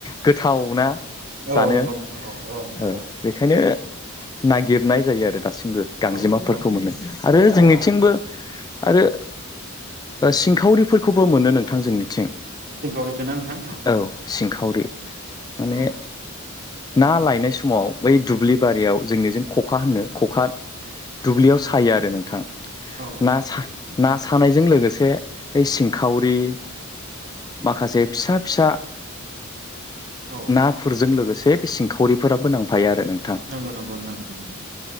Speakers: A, on the left; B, on the right.
A: गोथाव ना
B: औ
A: जानो
B: नंगौ नोंथां औ नोंथां
A: औ बेखायनो नागिरनाय जायो आरो दासिम बो गांजेमाफोरखौ
B: औ औ नोंथां
A: मोनो आरो जोंनिथिंबो
B: औ
A: आरोओ सिंखावरिफोरखौबो मोनो नों थां जोंनिथिं
B: सिंखावरिखौ ना नोंथां
A: औ सिंखावरि माने
B: औ
A: ना
B: औ
A: लायनाय समाव बै दुब्लि बारियाव जोंनिजों खखा होनो खखा दुब्लियाव सायो आरो नोंथां
B: औ औ
A: ना
B: औ
A: सा ना सानायजों लोगोसे ओय सिं खावरि माखासे
B: औ
A: फिसा फिसा
B: औ
A: नाफोरजों लोगोसे बे सिंखावरिफोराबो नांफायो आरो नोंथां
B: नोंगौ नोंगौ नोंथां नोंगौ नोंगौ